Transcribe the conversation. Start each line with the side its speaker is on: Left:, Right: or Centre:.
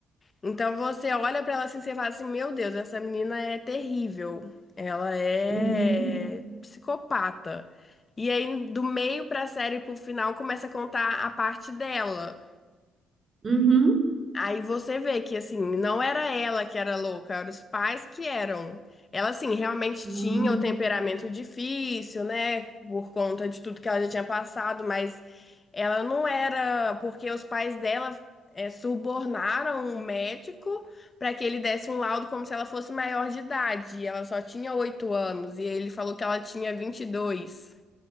Left: Então você olha pra ela assim, você fala assim, meu Deus, essa menina é terrível. Ela é
Right: uhum,
Left: psicopata. E aí do meio pra série pro final começa a contar a parte dela.
Right: uhum.
Left: Aí você vê que, assim, não era ela que era louca, eram os pais que eram. Ela, assim, realmente
Right: Ah,
Left: tinha o temperamento difícil, né? Por conta de tudo que ela já tinha passado, mas ela não era. Porque os pais dela é, subornaram um médico para que ele desse um laudo como se ela fosse maior de idade. E ela só tinha oito anos, e ele falou que ela tinha 22.